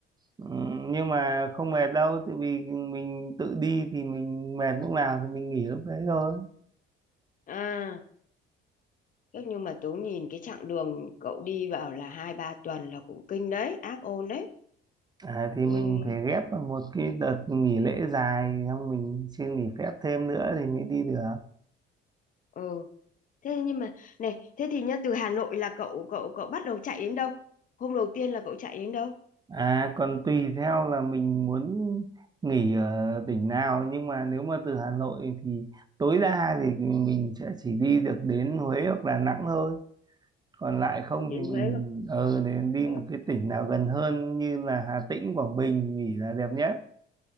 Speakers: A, on the right; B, on the left.
A: ừ, nhưng mà không mệt đâu tại vì mình tự đi thì mình mệt lúc nào thì mình nghỉ lúc đấy thôi
B: À, chắc nhưng mà tớ nhìn cái chặng đường cậu đi vào là hai ba tuần là cũng kinh đấy, ác ôn đấy.
A: à, thì
B: Ừm,
A: mình phải ghép vào một cái đợt nghỉ lễ dài xong mình xin nghỉ phép thêm nữa thì mới đi được
B: ừ. Thế nhưng mà này, thế thì nhá từ Hà Nội là cậu cậu cậu bắt đầu chạy đến đâu? Hôm đầu tiên là cậu chạy đến đâu?
A: à còn tùy theo là mình muốn nghỉ ở tỉnh nào nhưng mà nếu mà từ Hà Nội thì tối đa thì mình sẽ chỉ đi được đến Huế hoặc Đà Nẵng thôi còn lại không
B: chị
A: thì mình
B: thấy không?
A: ờ để đi
B: ừ.
A: một cái tỉnh nào gần hơn như là Hà Tĩnh Quảng Bình nghỉ là đẹp nhất